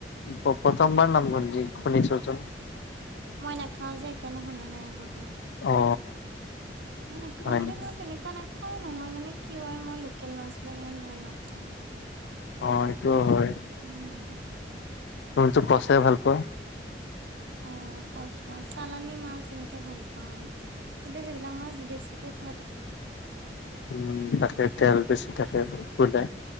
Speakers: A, on the left (about 75°); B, on the right (about 75°).
A: প্ৰথমবাৰ নাম শুনিছোঁ।
B: মই নাখাও যে সেইকাৰণে শুনা নাই আগতে।
A: অ।
B: মই নাখাও
A: হয়
B: মানে
A: নেকি?
B: মই তেনেকুৱা নাখাও নহয় মানে কি হয় মই লোকেল মাছ বিলাক ইমান ভাল নাপাওঁ।
A: অ', সিটোও হয়।
B: উম
A: তুমিতো কছে ভাল পোৱা।
B: <unintelligible> অ', কচ মাছ চালানি মাছ এনেকে ভাল পাও, কিন্তু সেইবিলাক মাছ বেছিকে খ
A: উম, তাকে তেল বেছি থাকে, বোলে।